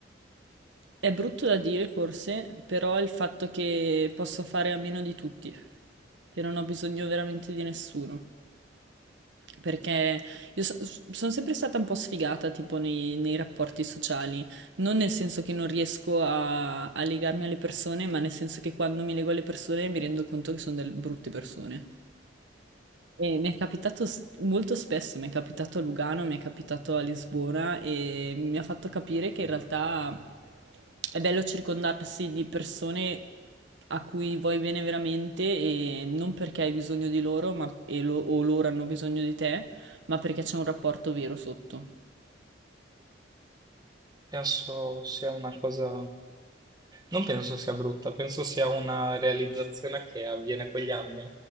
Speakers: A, on the right; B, on the right.
A: È brutto da dire forse, però il fatto che posso fare a meno di tutti, che non ho bisogno veramente di nessuno. Perché io sono sempre stata un po' sfigata, tipo nei, nei rapporti sociali, non nel senso che non riesco a, a legarmi alle persone, ma nel senso che quando mi lego alle persone mi rendo conto che sono delle brutte persone. E mi è capitato s- molto spesso, mi è capitato a Lugano, mi è capitato a Lisbona e mi ha fatto capire che in realtà è bello circondarsi di persone a cui vuoi bene veramente e non perché hai bisogno di loro ma- e lo- o loro hanno bisogno di te, ma perché c'è un rapporto vero sotto.
B: Penso sia una cosa... Non penso sia brutta, penso sia una realizzazione che avviene quegli anni